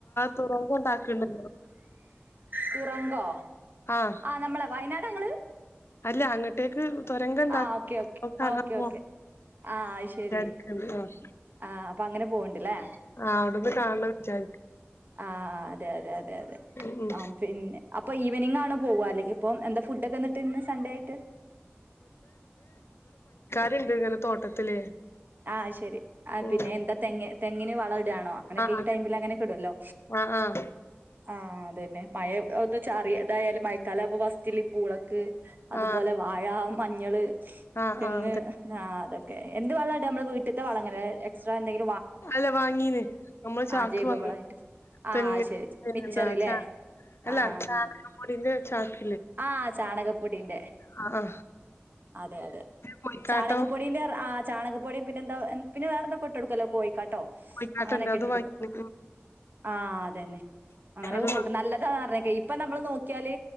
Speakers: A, on the left; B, on the right.
A: തുറവ ഉണ്ടാക്കണ്ടോ
B: തുറങ്കോ
A: ആഹ്
B: ആ നമ്മളെ വയ ങ്ങള്
A: അല്ല അങ്ങട്ടേക്ക് തുരങ്കം ഉണ്ടാ
B: ആഹ് ഓക്കെ ഓക്കെ
A: അത് കാണാൻ
B: ഓക്കെ
A: പോ
B: ഓക്കെ ആ അയ് ശരി
A: വിചാരിക്ക്ണ്ട് ആഹ്
B: ആ അപ്പ അങ്ങ പോവണ്ടല്ലേ
A: ആഹ് അവിടുന്ന് കാണ വിചാ
B: ആഹ അതെ അതെ അതെ അതെ
A: ഉം ഉം
B: ആ പിന്നെ അപ്പൊ ഈവനിംഗണോ പോവ അല്ലെങ്കി ഇപ്പൊ എന്താ ഫുഡക്കെന്നിട്ട് ഇന്ന് സൺഡേ ആയിട്ട്
A: ണ്ട് ഇങ്ങനെ തോട്ടത്തില്
B: ആഹ് ശരി ആ
A: ഉം
B: പിന്നെ എന്താ ത ങ്ങിന് വള ടാണോ അനക്കെ
A: ആഹ്
B: ഈ ടൈമിലങ്ങനെക്കെടുല്ലോ
A: ആഹ് ആഹ്
B: ആ അതന്നെ മഴ ഒന്ന് ചാറിയതായാലും മയക്കാലം ആവുമ്പ ലിപ്പൂളക്ക് അതുപോലെ
A: ആഹ്
B: വാഴ മഞ്ഞള്
A: ആഹ്
B: തെങ്ങ്
A: ആഹ് അതെ
B: ആ അതൊക്കെ എന്ത് വളാ നമ്മള് വീട്ടിത്തെ വളങ്ങ എക്്ട്രാ എന്തേലും
A: അല്ല വാങ്ങീണ് നമ്മള് ചാക്ക്
B: ആഹ് ജൈവവളായിട്ട്
A: വാങ്ങി
B: ആഹ്
A: തെങ്
B: ശരി
A: എന്താ
B: മിച്ചറില്ലേ
A: അല്ല
B: ആഹ്
A: ചടിന്റെ
B: അങ്ങനെ
A: ചാക്ക്
B: ആഹ് ചാണകപ്പൊടീന്റെ
A: ആ ആ
B: അതെ അതെ
A: കോഴിക്കാട്ടം
B: ചാണകപ്പൊടീ ൻ്റെ ചാണകപ്പൊടിം പിന്നെന്താ പിന്നെ വേറെന്തോ ട്ടൊടുക്കല്ലോ കോഴിക്കാട്ടോ
A: കോഴിക്കാട്ടണ്ട്
B: അങ്ങനെയൊക്കെ
A: അത്
B: ഇട്ടെടുക്കും
A: വാങ്ങി
B: ആ അതന്നെ അങ്ങനെയൊക്കെ
A: അത്
B: കൊടുക്കും
A: വാ
B: നല്ലതാറഞ്ഞക്ക ഇപ്പൊ നമ്മള് നോക്കിയാല്